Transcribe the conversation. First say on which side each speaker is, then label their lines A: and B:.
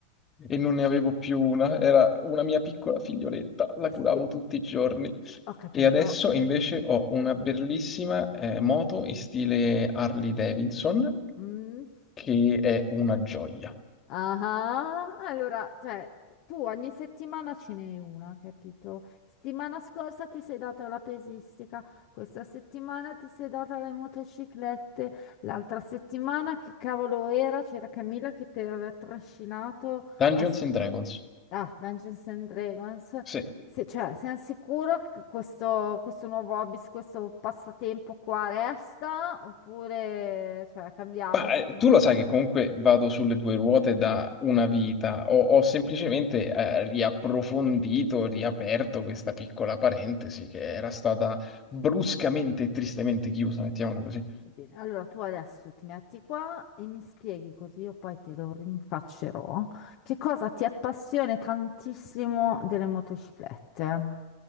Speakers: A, on the left (about 25°); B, on the left (about 45°).
A: e non ne avevo più una, era una mia piccola figlioletta, la curavo
B: sì,
A: tutti i giorni.
B: ho capito.
A: E adesso invece ho una bellissima eh, moto in stile Harley Davidson
B: Mm.
A: che è una gioia.
B: Ah, allora, cioè, tu ogni settimana ce n'hai una, capito? Settimana scorsa ti sei data la pesistica, questa settimana ti sei data le motociclette, l'altra settimana che cavolo era? C'era Camilla che ti aveva trascinato
A: Dungeons
B: a
A: and Dragons.
B: Ah, Dungeons and Dragons,
A: Sì,
B: se, cioè, sei sicuro che questo, questo nuovo hobby, questo passatempo qua resta? Oppure, cioè, cambiamo
A: Ma
B: e settimana
A: eh, tu lo
B: prossima?
A: sai che comunque vado sulle due ruote da una vita, ho, ho semplicemente eh, riapprofondito, riaperto questa piccola parentesi che era stata bruscamente e tristemente chiusa, mettiamola così.
B: Va bene, allora tu adesso ti metti qua e mi spieghi così io poi te lo rinfaccerò. Che cosa ti appassiona tantissimo delle motociclette?